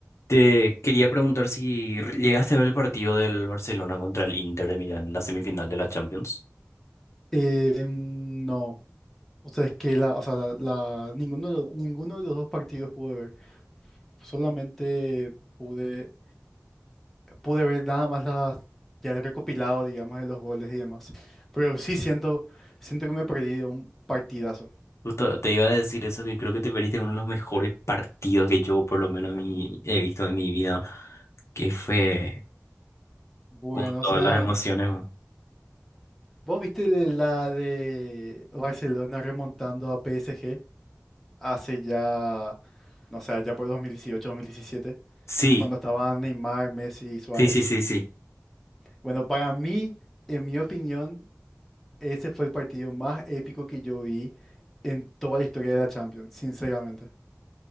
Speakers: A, on the left (about 60°); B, in the centre.
A: Te quería preguntar si llegaste a ver el partido del Barcelona contra el Inter de Milán, la semifinal de la Champions.
B: Eh, no, o sea, es que la, o sea, la, la- ninguno de los, ninguno de los dos partidos pude ver. Solamente pude, pude ver nada más las, ya el recopilado, digamos, de los goles y demás. Pero sí siento, siento que me perdí de un partidazo.
A: Justo te iba a decir eso, que creo que te perdiste uno de los mejores partidos que yo por lo menos mi- he visto en mi vida, que fue
B: Bueno,
A: con todas
B: o sea,
A: las emociones. ¿no?
B: ¿vos viste de la de Barcelona remontando a PSG hace ya, no sé, ya por dos dos mil dieciocho, dos mil diecisiete,
A: Sí,
B: cuando estaban Neymar, Messi y Suárez?
A: sí, sí, sí, sí,
B: Bueno, para mí, en mi opinión, ese fue el partido más épico que yo vi en toda la historia de la Champions, sinceramente.